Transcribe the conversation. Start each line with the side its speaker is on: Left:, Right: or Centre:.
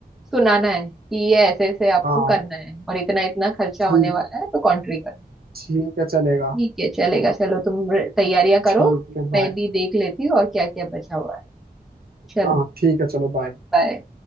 Centre: सुनाना है कि ये ऐसे ऐसे आपको
Right: हाँ
Centre: करना है और इतना इतना खर्चा
Right: ठीक
Centre: होने वाला है तो कॉन्ट्री करो
Right: ठीक है चलेगा
Centre: ठीक है चलेगा चलो तुम तैयारियां करो
Right: ठीक है बाय
Centre: मैं भी देख लेती हूँ और क्या क्या बचा हुआ है चलो
Right: हाँ ठीक है चलो बाय
Centre: बाय